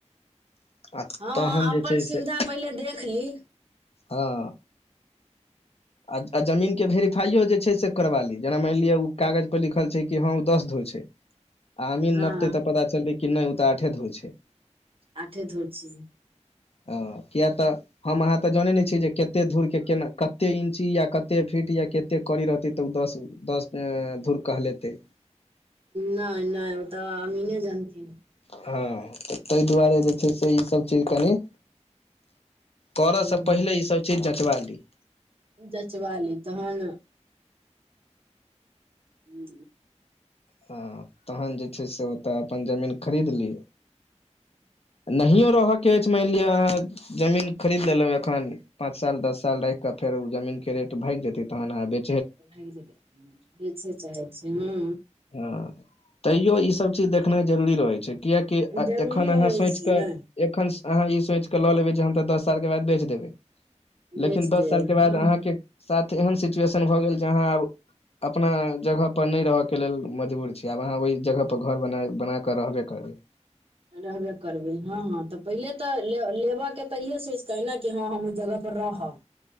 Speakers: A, on the left; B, on the right.
A: आ
B: हँ हँ
A: तहन
B: अपन
A: जे छै
B: सुविधा
A: से
B: पहिले देख ली
A: हँ अ आ जमीन केे वोरीफाइयो जे छै से करवा ली जेना मैन लिेय कागज पर लिखल छै कि हँ ऊ दस धुर छै आ आमीर
B: हँ
A: नपते त पता चललै कि ने ओ त आठे धुर छै
B: आठे धुर छी
A: आ किया त हम अहाँ त जानै ने छियै जे कते धूरके केना कतेक इञची या कतेक फीट या कतेक करी रहतै त ओ दस दस धूुर कहलेते
B: नय नय ओ त अमीने जथिन
A: हँ त ताय दुआरे जे छै से ईसभ चीज कनि कर
B: हूँ
A: सँ पहिले ईसभ चीज जँचबा ली
B: जचवाली तहन हू
A: ह तहन जे छै से ओत अपन जमीन खरीद ली नहिये रह के ऐच मानि लिअ अहाँ जमीन खरीद लेलहुँ एखन पाँंच साल दस साल राख के फेर ओ जमी के रे भागि जेतै तहन अहाँ बे
B: <unintelligible> बेेचे चाहै छी हँ
A: <unintelligible> तैयो ईसभ चीज देखनाइ जरूरी रहै छै कियकि
B: जरूरी
A: एखन
B: रहै
A: अहाँ सोचिकऽ
B: छै ने
A: एखन अहाँ ई सोच क ल लेबै जे हम त दस साल के बाद बेच देबै लेकिन
B: बेच
A: दस
B: दे
A: साल के बाद
B: हँ
A: अहाँके
B: हँ
A: साथ एहन सिचुएशन भ गेल जे अहाँ आब अपना जगह पर नय रहके के लेल मजबूर छी आब अहाँ ओहि जगह पर घर बनााक रहबे करबै
B: रहबे करबै हँ हँ त पहिले त लेबय के त इए सोचिकेै ने कि हँ हम ओहि जगहपर रहब